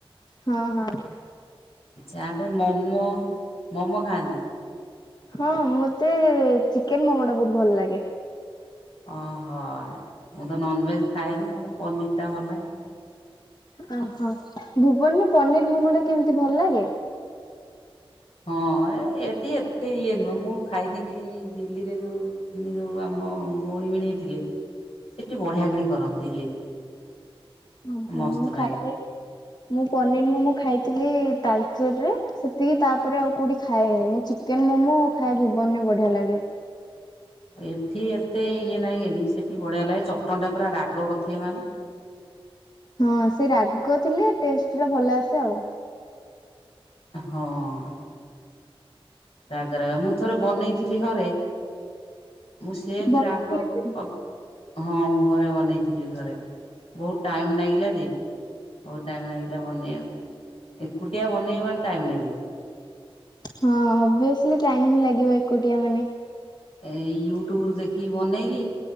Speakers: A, on the left; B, on the left.
A: ହଁ ହଁ।
B: ଚାଟେ, ମୋମୋ, ମୋମୋ ଖାଆନ୍ତି?
A: ହଁ ମତେ ଚିକେନ ମୋମୋଟା ବୋହୁତ ଭଲଲାଗେ।
B: ଓହୋ ମୁଁ ତ ନନଭେଜ୍ ଖାଏନି ମତେ ପନିରଟା ଭଲଲାଗେ।
A: ଓହୋ ଭୁବନରେ ପନିର ମୋମୋଟା କେମିତି ଭଲଲାଗେ?
B: ହଁ ଏ ଏଠି ଏତେ ଇଏ ନୁହଁ ମୁଁ ଖାଇଥିନି ଦିଲ୍ଲୀରେ ଯୋଉ ଥିନି ଯୋଉ ଆମ ଭୋଉଣୀ ଭିଣେଇ ଥିଲେ ସେଠି ବଢିଆ କିରି କରନ୍ତି ଦିଲ୍ଲୀରେ।
A: ଓହୋ
B: ମସ୍ତ
A: ମୁଁ
B: ଲାଗେ।
A: ଖାଏ ମୁଁ ପନିର ମୋମୋ ଖାଇଥିଲି ତାଲଚେରିରେ। ସେତିକି ତାପରେ ଆଉ କୋଉଠି ଖାଏନି ମୁଁ ଚିକେନ ମୋମୋ ଖାଏ ଭୁବନରେ ବଢିଆ ଲାଗେ।
B: ଆ ଏଠି ଏତେ ଇଏ ନାହିଁ ଏନି ସେଠି ବଢ଼ିଆ ଲାଗେ ଚଟଣଟା ପୁରା ରାଗ କରିଥିବେ ମାନେ।
A: ହଁ ସେ ରାଗ ଥିଲେ ଟେଷ୍ଟଟା ଭଲ ଆସେ ଆଉ।
B: ହଁ। ରାଗ ରାଗ ମୁଁ ଥରେ ବନେଇଥିଲି ଘରେ। ମୁଁ ସେମତି
A: ବନେଇଥିଲେ?
B: ରାଗ କ ହଁ ମୁଁ ଘରେ ବନେଇଥିଲି ଥରେ ବୋହୁତ ଟାଇମ୍ ନାଗିଲା ଯେ ବୋହୁତ ଟାଇମ୍ ଲାଗିଲା ବନେଇଆ ଏକୁଟିଆ ବନେଇବ ମାନେ ଟାଇମ୍ ଲାଗିବ।
A: ହଁ ଅଭିଅସଲି ଟାଇମ ହିଁ ଲାଗିବ ଏକୁଟିଆ ମାନେ।
B: ଏଇ ୟୁଟ୍ୟୁବରୁ ଦେଖିକି ବନେଇଲି।